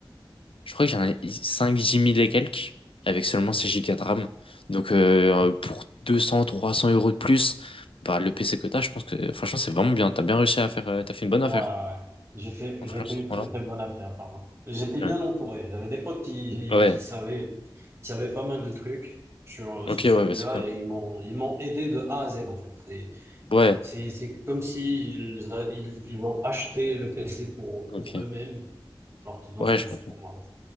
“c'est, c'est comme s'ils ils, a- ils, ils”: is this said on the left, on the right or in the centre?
Right